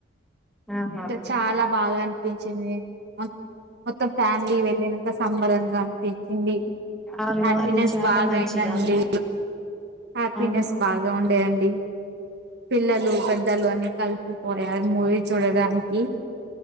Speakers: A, in the centre; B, on the right (about 60°).
A: ఆహా
B: ఇంకా చాలా బాగ పించింది మొత్తం ఫ్యామిలీ వెళ్ళినంక సంబరంగా అనిపించింది.
A: అవును
B: హ్యాపీనెస్
A: అది చాలా
B: బాగాయిందండి.
A: మంచిగా ఉంది
B: హ్యాపీనెస్
A: అవును
B: బాగా ఉండే అండి పిల్లలు పెద్దలు అని కలిసిపోయారు మూవీ చూడడానికి